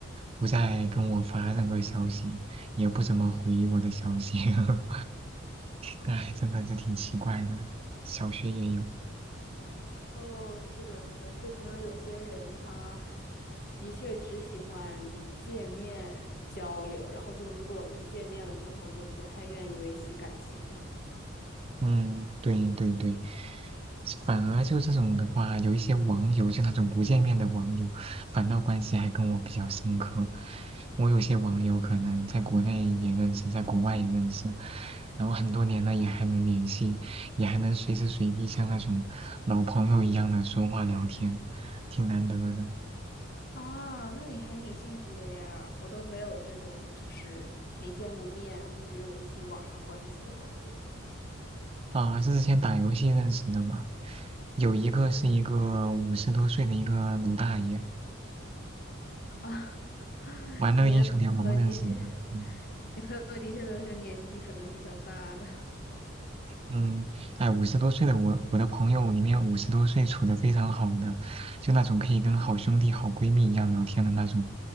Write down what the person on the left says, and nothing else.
哦
哦，是的，是的，就可能有些人他的确只喜欢见面交流，然后就如果不见面了之后，就不太愿意维系感情了。
啊，那你还挺幸福的呀，我都没有这种就是没见过面，然后一直维系网上关系的网友。
<laughs> 啊，<laughs>
你的朋友的确，
<laughs> 你朋友的确都是年纪可能比较大的。